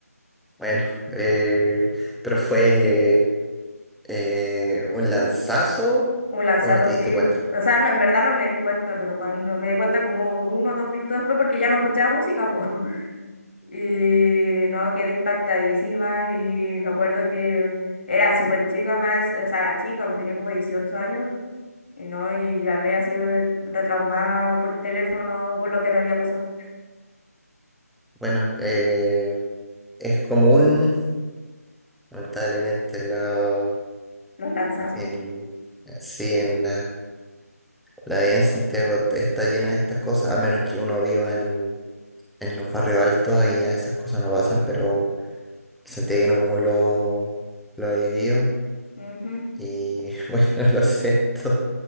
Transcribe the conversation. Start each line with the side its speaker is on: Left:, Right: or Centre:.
Centre: bueno, eh, pero fue eh, un lanzazo
Left: Un lanzazo
Centre: o no te
Left: así.
Centre: diste cuenta.
Left: O sea, no, en verdad no me di cuenta, pero cuando me di cuenta como uno o dos minutos después porque ya no escuchaba música, po. <laughs> Y no, quedé impactadísima y me acuerdo que era súper chica para, es- o sea, era chica, pues tenía como 18 años y no, y llamé así de- retraumada por teléfono por lo que me había pasado,
Centre: Bueno, eh, es común, lamentablemente, la,
Left: los lanzazos.
Centre: en, sí, en la, la vida en Santiago te- está llena de estas cosas, a menos que uno viva en, en los barrios altos, ahí ya esas cosas no pasan, pero el santiaguino común lo, lo ha vivido
Left: Ujú.
Centre: y <laughs> bueno, lo siento.